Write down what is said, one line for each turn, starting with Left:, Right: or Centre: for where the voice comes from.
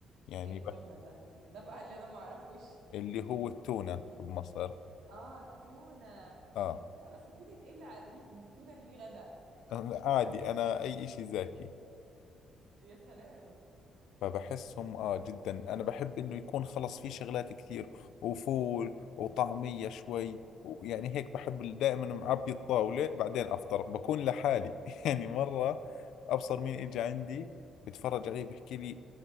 Left: يعني
Right: ايه التونه
Left: بحب
Right: ده ده بقى اللي انا ما اعرفوش
Left: اللي هو التونة بمصر
Right: اه التونه
Left: آه
Right: لا بس تونه ايه اللي على الريق دي التونه دي غدا
Left: <laughs> عادي أنا أي إشي زاكي
Right: يا سلام
Left: فبحسهم اه جدا انا بحب انه يكون خلص في شغلات كثير وفول وطعمية شوي ويعني هيك بحب ال- دائما معبي الطاولة بعدين افطر بكون لحالي <laughs> يعني مرة ابصر مين اجى عندي بتفرج عليه بحكي لي